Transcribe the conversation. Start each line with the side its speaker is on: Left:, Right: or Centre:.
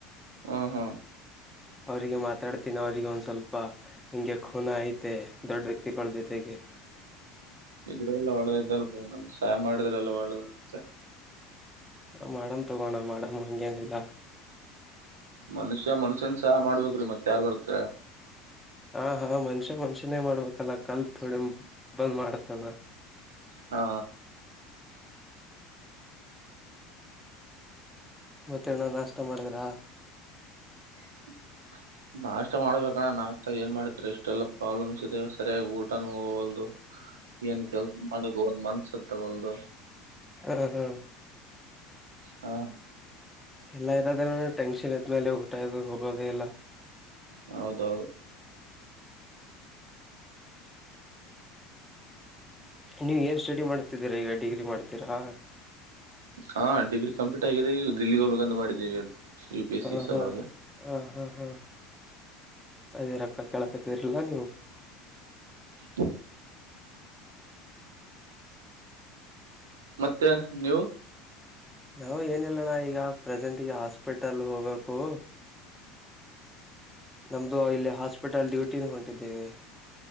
Right: ಹಾ ಹಾ
Centre: ಅವರಿಗೆ ಮಾತಾಡ್ತೀನಿ ಅವರಿಗೆ ಒಂದು ಸ್ವಲ್ಪ ಹಿಂಗೆ ಖೂನಾ ಐತೆ ದೊಡ್ಡ ವ್ಯಕ್ತಿಗಳ ಜೊತೆಗೆ
Right: ಇದ್ರೆಲ್ಲ ಒಳ್ಳೆದ್ದಲ್ರಿ ನಮ ಸಹಾಯ ಮಾಡಿದ್ರೆಲ್ಲ ಒಳ್ಳೆದಾಗುತ್ತೆ.
Centre: ಮಾಡನ ತೊಗೋಣ ಮಾಡಮ್ ಹಂಗೇನಿಲ್ಲ.
Right: ಮನುಷ್ಯ ಮನುಷ್ಯನ್ ಸಹ ಮಾಡ್ಬೇಕೇರೀ ಮತ್ತ್ ಯಾರ್ ಬರ್ತ್.
Centre: ಹ ಹಾ ಮನ್ಷೆ ಮನ್ಷ್ಯನೇ ಮಾಡ್ಬೇಕಲ್ಲ ಕಲ್ತ್ ಥೋಡಿ ಬಂದ್ ಮಾಡ್ತವ.
Right: ಹಾ
Centre: ಮತ್ತ ಅಣ್ಣ ನಾಷ್ಟ ಮಾಡಿದ್ರ
Right: <inaudible> ನಾಷ್ಟ ಮಾಡ್ಬೇಕಣ ನಾಷ್ಟ ಏನ್ ಮಾಡಿದ್ರೆ ಇಷ್ಟೆಲ್ಲಾ ಪ್ರಾಬ್ಲಮ್ಸ್ ಇದೆ ಸರಿಯಾಗಿ ಊಟನೂ ಹೋಗಲ್ದು. ಏನ್ ಕೆಲ್ಸ ಮಾಡೋದು ಒಂದ್ ಮನ್ಸತ್ತ ಒಲ್ದು.
Centre: ಹ್ಮ್ ಹ್ಮ್.
Right: ಹಾ
Centre: ಎಲ್ಲ ಇರೋದ ನಾನು ಟೆನ್ಷನ್ ಇದ್ಮೇಲೆ ಊಟ ಇದು ಹೋಗೋದೆ ಇಲ್ಲಾ.
Right: ಹೌದೌದು
Centre: ನೀವು ಏನು ಸ್ಟಡಿ ಮಾಡ್ತಿದ್ದೀರಾ ಈಗ ಡಿಗ್ರಿ ಮಾಡ್ತೀರಾ.
Right: ಹಾ ಡಿಗ್ರಿ ಕಂಪಲಿಟ್ ಆಗಿದೆ ಈಗ ದಿಲ್ಲಿಗೆ ಹೋಗ್ಬೇಕಂತ ಮಾಡಿದ್ದೀವಿ. ಯು ಪಿ ಎಸ್
Centre: ಹಾ
Right: ಸಿ ಸಲುವಾಗಿ
Centre: ಹಾ ಹ ಹಾ ಹಾ ಅದೇ ರೊಕ್ಕ ಕೇಳಕತ್ತರಲ್ಲ ನೀವು.
Right: ಹ ಮತ್ತೆ ನೀವು.
Centre: ನಾವು ಏನಿಲ್ಲಣ್ಣ ಈಗ ಪ್ರೆಸೆಂಟಿಗೆ ಹಾಸ್ಪಿಟಲ್ ಹೋಗ್ಬೇಕು ನಮ್ದು ಇಲ್ಲಿ ಹಾಸ್ಪಿಟಲ್ ಡ್ಯೂಟಿನ ಹೊಂಟಿದ್ದೇವೆ.